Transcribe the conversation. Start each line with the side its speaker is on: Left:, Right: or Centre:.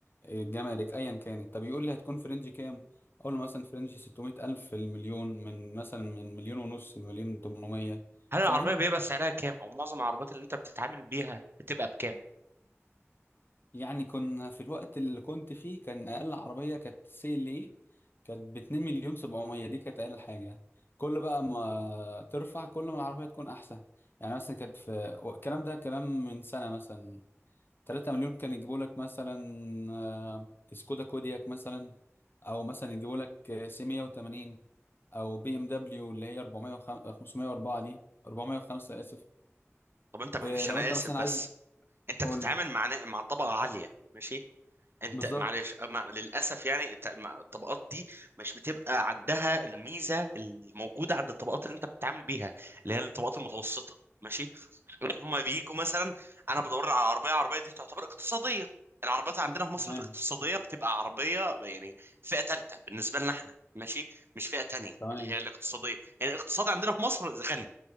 Left: الجمارك ايا كانت طب يقول لي هتكون في رينج كام اقول له مثلا في رينج 600 الف المليون من مثلا من مليون ونص لمليون 800
Right: هل العربية
Left: فاهم
Right: بيبقى سعرها كام او معظم العربيات اللي انت بتتعامل بيها بتبقى بكام
Left: يعني كنا في الوقت اللي كنت فيه كان اقل عربيه كانت سي ال اي كانت ب 2 مليون 700 دي كانت اقل حاجه كل بقى ما ترفع كل ما العربيه تكون احسن يعني مثلا كانت في الكلام ده كلام من سنه مثلا 3 مليون كان يجيبوا لك مثلا آه، سكودا كودياك مثلا او مثلا يجيبوا لك آه، سي 180 او بي ام دبليو اللي هي 400 504 دي 405 اسف
Right: طب انت معلش
Left: آه، لو
Right: انا
Left: انت
Right: اسف
Left: مثلا عايز
Right: بس انت
Left: قول
Right: بتتعامل
Left: لي.
Right: مع نا- مع طبقة عالية ماشي انت
Left: بالظبط
Right: معلش ما للاسف يعني انت ما- الطبقات دي مش بتبقى عندها الميزه الموجوده عند الطبقات اللي انت بتتعامل بيها اللي هي الطبقات المتوسطه ماشي اللي هم بيجوا مثلا انا بدور على عربيه عربيه دي تعتبر اقتصاديه العربيات عندنا في مصر
Left: تمام
Right: الاقتصاديه بتبقى عربيه يعني فئه ثالثه بالنسبه لنا احنا ماشي مش فئه تانية
Left: تمام
Right: اللي هي الاقتصاديه يعني الاقتصاد عندنا في مصر غني